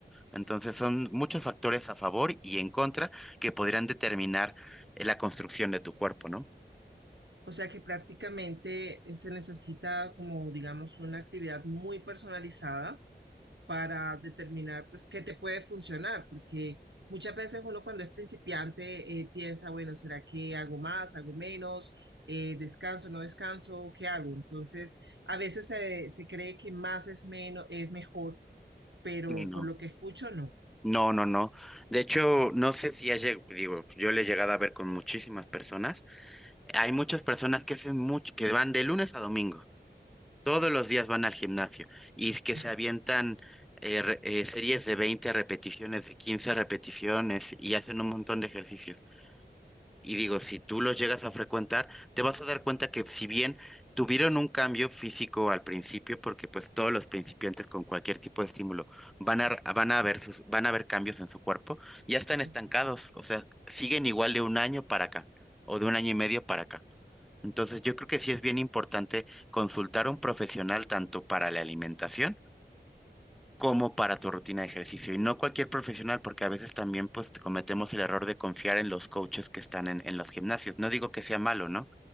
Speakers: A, in the centre; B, on the right.
A: Entonces son muchos factores a favor y en contra que podrían determinar eh, la construcción de tu cuerpo, ¿no?
B: O sea que prácticamente eh, se necesita como, digamos, una actividad muy personalizada para determinar, pues, qué te puede funcionar, porque muchas veces uno cuando es principiante eh, piensa, bueno, ¿será que hago más, hago menos, Eh, descanso, no descanso, qué hago? Entonces, a veces se, se cree que más es menos, es mejor, pero
A: Y no.
B: por lo que escucho, no.
A: No, no, no. De hecho, no sé si has llegado, digo, yo le he llegado a ver con muchísimas personas Hay muchas personas que hacen mucho, que van de lunes a domingo, todos los días
B: Oh,
A: van al gimnasio y es que
B: Ajá.
A: se avientan eh, re- eh, series de 20 repeticiones, de 15 repeticiones y hacen un montón de ejercicios. Y digo, si tú los llegas a frecuentar, te vas a dar cuenta que si bien tuvieron un cambio físico al principio, porque pues todos los principiantes con cualquier tipo de estímulo van a, van a ver sus, van a ver cambios en su cuerpo, ya están estancados,
B: ujú.
A: o sea, siguen igual de un año para acá o de un año y medio para acá. Entonces, yo creo que sí es bien importante consultar a un profesional tanto para la alimentación como para tu rutina de ejercicio. Y no cualquier profesional, porque a veces también pues cometemos el error de confiar en los coaches que están en, en los gimnasios. No digo que sea malo, ¿no?